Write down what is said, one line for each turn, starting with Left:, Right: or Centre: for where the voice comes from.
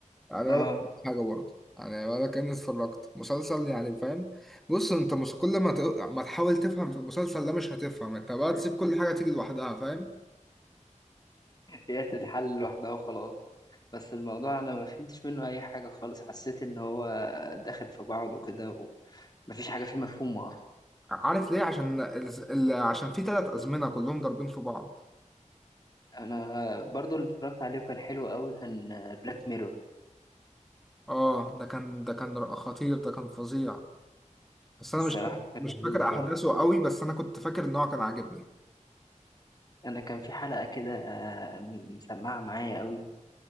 Centre: يعني
Left: اه
Centre: ولا حاجة برضه يعني ولا كأني اتفرجت مسلسل يعني فاهم بص انت مس- كل ما ت... ما تحاول تفهم في المسلسل ده مش هتفهم انت بقى تسيب كل حاجة تيجي لوحدها فاهم
Left: هي تتحل لوحدها وخلاص بس الموضوع أنا ما فهمتش منه أي حاجة خالص حسيت إن هو داخل في بعض وكده ومفيش حاجة فيه مفهومة أصلا
Centre: عارف ليه عشان ال... ال... عشان في ثلاث أزمنة كلهم ضاربين في بعض
Left: أنا برضه اللي اتفرجت عليه وكان حلو قوي كان بلاك ميرور
Centre: اه ده كان ده كان ر- خطير ده كان فظيع بس انا
Left: الصراحة
Centre: مش فاكر-
Left: كان
Centre: مش
Left: لذيذ
Centre: فاكر احداثه
Left: برضه
Centre: قوي بس انا كنت فاكر ان هو كان عاجبني
Left: أنا كان في حلقة كده آه، م- مسمعة معايا قوي